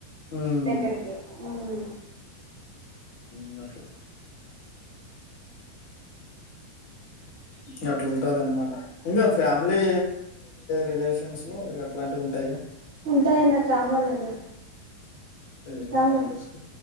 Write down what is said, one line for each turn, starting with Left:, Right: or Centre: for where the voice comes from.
Left: హ్మ్.
Right: దగ్గరికి ఉమ్
Left: మ్ అట్లా ఇగ అట్లా ఉంటది అన్నమాట ఇంగా ఫ్యామిలీ రిలేషన్స్ లో ఇగ అట్లాంటివి ఉంటాయిగా
Right: ఉంటాయన్న కామాన్ అది
Left: ఏమి
Right: కామన్
Left: అర్థం చేసుకో